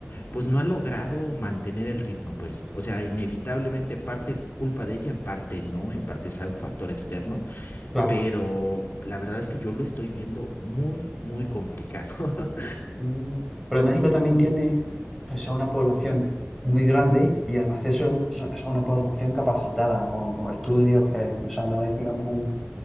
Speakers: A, on the left; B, in the centre.
A: pues no ha logrado mantener el ritmo, pues. O sea, inevitablemente en parte culpa de ella, en parte no, en parte es un factor externo,
B: claro.
A: pero la verdad es que yo lo estoy viendo muy, muy complicado. <laughs>
B: Mm. Pero México también tiene o sea, una población muy grande y además de eso es una población capacitada con, con estudios que o sea, no es digamos un